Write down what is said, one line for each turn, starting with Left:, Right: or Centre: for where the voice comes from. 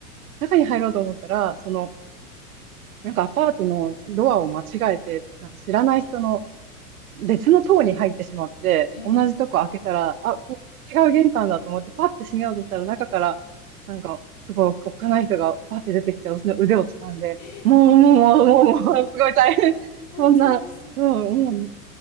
Right: 中に入ろうと思ったら、その、なんかアパートのドアを間違えて、なんか知らない人の別の棟に入ってしまって、
Left: へえ。
Right: 同じとこ開けたら、あ、これ違う玄関だと思って、パッて閉めようとしたら、中から、なんか、すごい、おっかない人がパッて出てきて、私の腕を掴んで、
Left: え
Right: もう、もう、もう、もう、もう、すごい大変。
Left: 本当です。
Right: そんな、そう、もう、